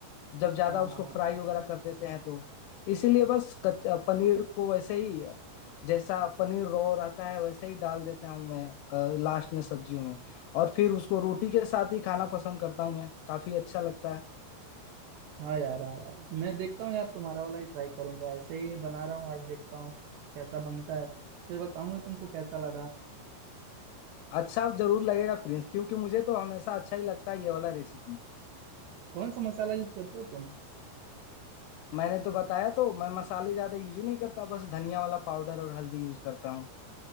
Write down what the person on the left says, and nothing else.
जब ज्यादा
उसको
फ्राई वगैरह कर देते हैं तो इसीलिए बस कच- पनीर को वैसे ही जैसा पनीर रो रहता है वैसे ही डाल देता हूँ मैं लास्ट में सब्जियों में और फिर उसको रोटी के साथ ही खाना पसंद करता हूँ मैं काफी अच्छा लगता है
अच्छा जरूर लगेगा प्रिंस क्योंकि मुझे तो हमेशा अच्छा ही लगता है ये वाला रेसिपी
मैंने तो बताया तो मैं मसाले ज्यादा यूज ही नहीं करता बस धनिया वाला पाउडर और हल्दी यूज करता हूँ